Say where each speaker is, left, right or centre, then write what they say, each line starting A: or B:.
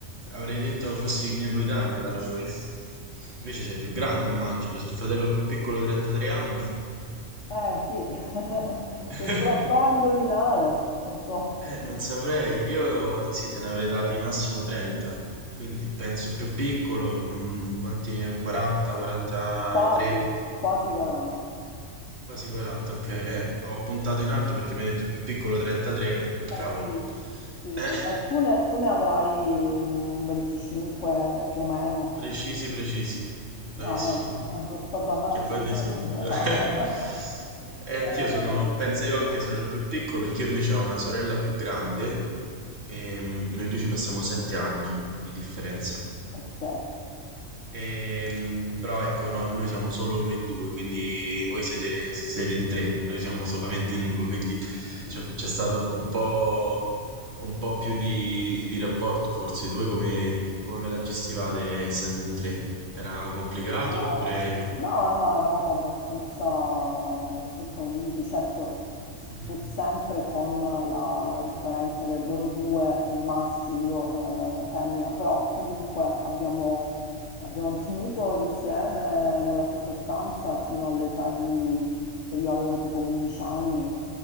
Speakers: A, on the right; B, on the left.
A: avrei detto fossi mia coetanea dalla voce. Invece sei più grande, immagino. Se il fratello più piccolo 33 anni.
B: Eh sì, <laughs>
A: <laughs>
B: Se pro- prova a indovinare, non so,
A: Eh, non saprei. Io sì, te ne avrei dati massimo 30. Quindi penso più piccolo, mm, quanti ne- 40, 43.
B: quasi, quasi 40.
A: Quasi 40, ok. Eh, ho puntato in alto perché mi hai detto il più piccolo 33. dico,
B: Eh
A: Cavolo.
B: sì, sì,
A: Eh,
B: sì. E tu ne, tu ne avrai un 25 più o meno.
A: precisi, precisi. Bravissimo.
B: Ah, eh, eh, sono stata,
A: Che
B: <laughs> sì,
A: fate
B: brava.
A: subito. <laughs> E anch'io
B: Eh,
A: sono, penso io anche sono il più piccolo perché io invece ho una sorella più grande che mm, noi due ci passiamo 7 anni di differenza.
B: ok.
A: Ehm, però ecco, no- noi siamo solo noi due, quindi voi siete, siete in tre, noi siamo solamente in due, quindi
B: Mm.
A: c'è c'è stato un po', un po' più di, di rapporto forse. Voi come, come ve la gestivate essendo in tre? Era complicato
B: Ah,
A: oppure...
B: No, no, eravamo abbastanza, abbastanza uniti, certo, s-
A: Mhm.
B: pur sempre con la, la differenza che loro due maschi, io eh, femmina, però comunque abbiamo, abbiamo <laughs> dormito insieme nella stessa stanza fino all'età di, che io avevo tipo 11 anni,